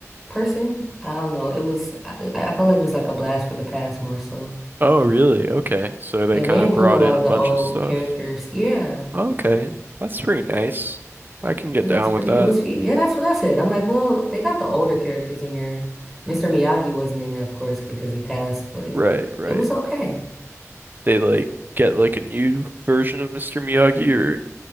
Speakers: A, in the centre; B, on the right (about 35°).
A: person, I don't know. It was I, I felt like it was like a blast for the past more so.
B: Oh, really? Okay. So they
A: Yeah,
B: kind
A: they include
B: of brought
A: a lot
B: in
A: of
B: a bunch
A: the old
B: of stuff.
A: characters. Yeah.
B: Okay. That's pretty nice. I can get
A: Yeah,
B: down
A: It was pretty.
B: with that.
A: It was, yeah, that's what I said. I'm like, well, they got the older characters in here. Mr. Miyagi wasn't in it, of course, because he passed, but
B: Right, right.
A: it was okay.
B: They like get like a new version of Mr. Miyagi or